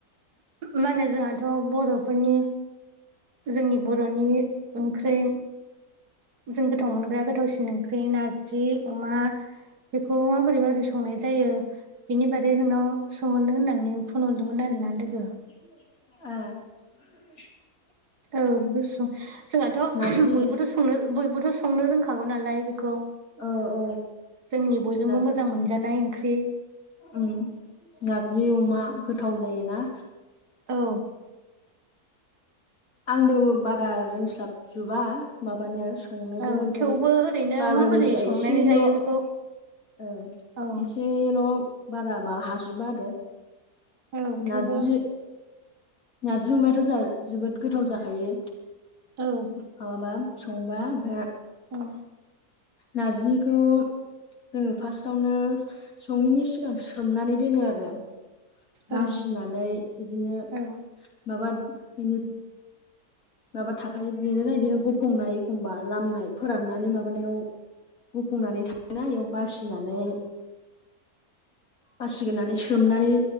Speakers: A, on the right; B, on the left.
A: मा होनो जोंहाथ' बर'फोरनि जोंनि बर'नि ओंख्रि जों गोथाव मोनग्रा गोथावसिन ओंख्रि नारजि अमा बेखौ माबोरै माबोरै संनाय जायो? बिनि बारै नोंनाव सोंहरनो होननानै फन हरदोंमोन आरोना लोगो।
B: <unintelligible> ओ
A: औ गुसु जोंहाथ'
B: नारजि
A: <unintelligible> बयबोथ' <unintelligible> संनो बयबोथ' संनो रोंखागौ नालाय बेखौ।
B: औ औ
A: जोंनि बयजोंबो
B: नार
A: मोजां मोनजानाय ओंख्रि।
B: उम नारजि अमा गोथाव जायोना?
A: औ।
B: आंबो बारा रोंस्लाबजोबा माबानो संनोबो
A: औ
B: ओमफ्राय
A: थेवबो ओरैनो
B: बाब्रा
A: माबोरै
B: मिथिया
A: संनानै
B: एसेल'
A: जायो
B: ओं
A: बेखौ
B: एसे
A: औ
B: एसेल' बारा मा हाजोबा आरो
A: औ थेवबो
B: नारजि नारजि अमायाथ' जा जोबोद गोथाव जाखायो माबाबा
A: औ
B: संबा ओमफ्राय
A: उम।
B: नारजिखौ जोङो फार्स्टआवनो सङैनि सिगां सोमनानै दोनो आरो बासिनानै
A: औ
B: इदिनो
A: औ
B: माबा बिनि माबा थाफायो बि ना बिदिनो गुफुंनाय एखमबा लामनाय फोराननानै माबानायाव गुफुंनानै थाङोना बेयाव बासिनानै बासिग्रोनानै सोमनानै